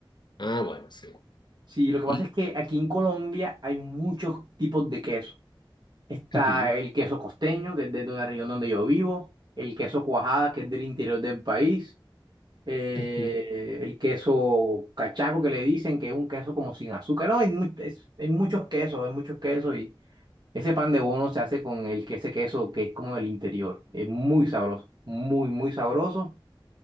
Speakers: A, on the left; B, on the right.
A: Ah, bueno, sí.
B: Sí, lo que pasa
A: Y
B: es que aquí en Colombia hay muchos tipos de queso. Está
A: ujú,
B: el queso costeño, que es de la región donde yo vivo, el queso cuajada, que es del interior del país, eh,
A: ujú.
B: el queso cachaco, que le dicen que es un queso como sin azúcar. No, hay, mu- es- hay muchos quesos, hay muchos quesos y ese pan de bono se hace con el, que- ese queso que es como del interior. Es muy sabroso, muy, muy sabroso.